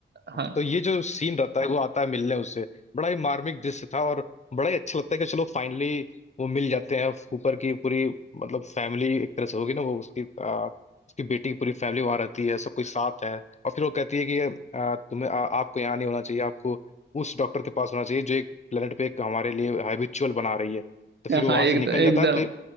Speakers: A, on the right; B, on the left.
A: हाँ
B: तो ये जो सीन रहता है वो आता है मिलने उससे बड़ा ही मार्मिक दृश्य था और बड़ा ही अच्छा लगता है कि चलो फाइनली वो मिल जाते हैं कूपर की पूरी मतलब फैमिली एक तरह से होगी ना वो उसकी आ, उसकी बेटी की पूरी फैमिली वहां रहती है सब कोई साथ है और फिर वो कहती है कि आ, तुम्हें आ, आपको यहाँ नहीं होना चाहिए आपको उस डॉक्टर के पास होना चाहिए जो एक प्लेनेट पे एक हमारे लिए हैबिचुअल बना रही है तो फिर वो
A: हाँ
B: वहां
A: एकदम
B: से निकल
A: एकदम
B: जाता है तो